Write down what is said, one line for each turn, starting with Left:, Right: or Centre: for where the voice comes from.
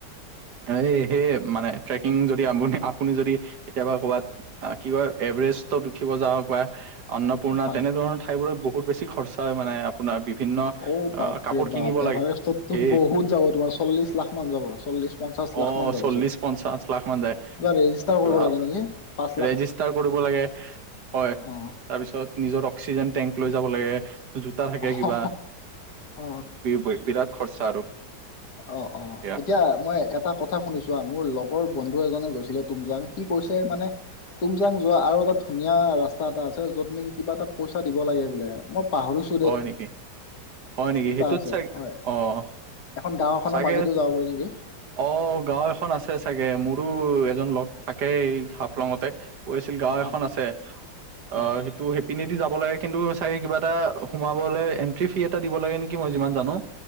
Right: তা এই সেই মানে ট্ৰেকিং যদি আপুনি আপুনি যদি কেতিয়াবা ক'ৰবাত আহ কি কয় এভাৰেষ্টত উঠিব যাওক বা হে এ এ এ অন্নপূৰ্ণা
Left: হয়
Right: তেনেধৰণৰ ঠাইবোৰত বহুত বেছি খৰচা মানে আপোনাৰ বিভিন্ন',
Left: ও', বাপ-
Right: আহ কাপোৰ
Left: ৰে
Right: কিনিব
Left: -বাপ, এভাৰেষ্টতো
Right: লাগে এ
Left: বহুত যাব তোমাৰ চল্লিশ লাখ মান যাব চল্লিশ', পঞ্চাছ
Right: অ
Left: লাখ মান যাব
Right: চল্লিশ
Left: চাগে কিবা
Right: পঞ্চাশ লাখ মান যায়
Left: ৰেজিষ্টাৰ
Right: কিবা
Left: কৰিব লাগে নেকি পাচঁ',
Right: ৰেজিষ্টাৰ কৰিব লাগে এ হে হয়।
Left: অ
Right: তাৰপিছত নিজৰ অক্সিজেন টেংক লৈ যাব লাগে ইহ্ জোতা থাকে
Left: অ
Right: কিবা
Left: অ
Right: বি বিৰাট খৰচা আৰু
Left: অ অ অ অ
Right: সেয়া
Left: এতিয়া মই এটাত কথা শুনিছো আ মোৰ লগৰ বন্ধু এজনে গৈছিলে তুমজাং সি কৈছে মানে ইহ তুমজাং যোৱা আৰু এটা ধুনীয়া ৰাস্তা এটা আছে যত নেকি কিবা এটা পইচা দিব লাগে বোলে মপ পাহৰিচো
Right: হয় নেকি। হয় নেকি সেইটোত
Left: আছে
Right: চাগ
Left: হয়
Right: অ অ অ
Left: এখন গাঁও এখনৰ
Right: চাগে
Left: মাজেদিও যাব পাৰি নেকি
Right: অ অ অ ও গাঁও এখন আছে চাগে মোৰোও এজন লগ থাকে হাফলঙতে। কৈ আছিল গাঁও
Left: হয়
Right: এখন আছে
Left: হয়
Right: অ সেইটো সেইপিনে দি যাব লাগে কিন্তু চাগে কিবা এটা উফ সোমাবলৈ এণ্ট্ৰি ফ্ৰি এটা দিব লাগে নেকি মই যিমান জানো।